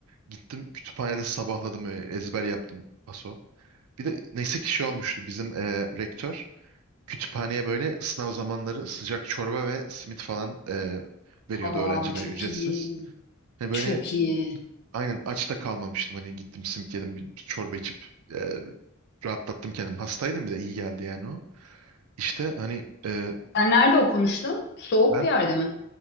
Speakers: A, on the right; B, on the left.
A: Gittim kütüphanede sabahladım e, ezber yaptım paso. Bir de neyse ki şey olmuştu bizim e, rektör kütüphaneye böyle sınav zamanları sıcak çorba ve simit falan e, veriyordu
B: Aa
A: öğrencilere
B: çok
A: ücretsiz.
B: iyi.
A: Hani böyle
B: Çok iyi.
A: aynen aç da kalmamıştım. Hani gittim simit yedim bir çorba içip e, rahatlattım kendimi. Hastaydım bir de iyi geldi yani o. İşte hani e,
B: Sen nerede okumuştun? Soğuk
A: ben
B: bir yerde mi?